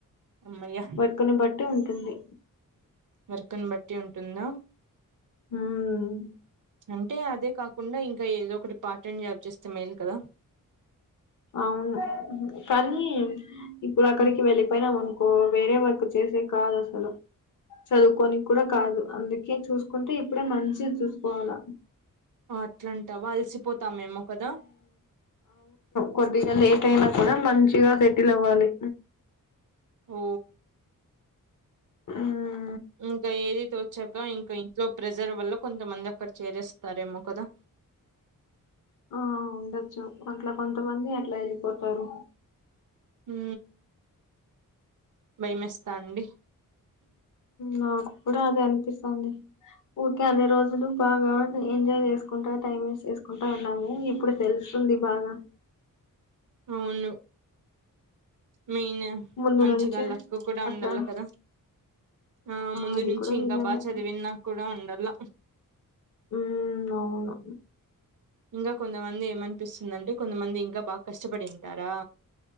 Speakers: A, on the right; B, on the left.
A: అమ్మయ్య
B: వర్క్‌ని బట్టి ఉంటుంది
A: వర్క్ను బట్టి ఉంటుందా
B: హ్మ్.
A: అంటే అదే కాకుండా ఇంకా ఏదో ఒకటి పార్ట్ టైం జాబ్ చేస్తే మేలు కదా
B: అవును కానీ ఇప్పుడు అక్కడికి
A: ఉమ్,
B: వెళ్ళిపోయినామనుకొ వేరే వర్క్ చేసేకి కాదు అసలు చదువుకొనే కి కూడా కాదు అందుకే చూసుకుంటే ఇప్పుడే మంచిది చూసుకోవాల
A: అట్లంటావా అలసిపోతామేమో కదా
B: కొద్దిగ లేట్ అయినా కూడా మంచిగా సెటిల్ అవ్వాలి
A: ఓ
B: ఆ
A: ఇంక ఏది తోచక ఇంక ఇంట్లో ప్రెజర్ వల్ల కొంతమంది అక్కడ చేరేస్తారేమో కదా
B: ఆ ఉండొచ్చు అట్లా కొంతమంది అట్లా వెళ్ళిపోతారు
A: ఉ భయమేస్తా అండి
B: నాకు కూడా అదే అనిపిస్తాంది ఊరికే అన్ని రోజులు బాగా ఎంజాయ్ చేసుకుంటా టైం వేస్ట్ చేసుకుంటా ఉన్నాము ఇప్పుడు తెలుస్తుంది స్తుంది బాద
A: అవును మెయిన్
B: ముందు
A: మంచిగా
B: నుంచే
A: లక్కు కూడా
B: అట్లా
A: ఉండాల కదా ఆ ముందు
B: అది
A: నుంచి
B: కూడా
A: ఇంకా
B: నిజమే
A: బాగా చదివిన కూడా ఉండాల
B: ఉ అవును
A: ఇంకా కొంతమంది ఏమనిపిస్తుందంటే కొంతమంది ఇంకా బాగా కష్టపడింటారా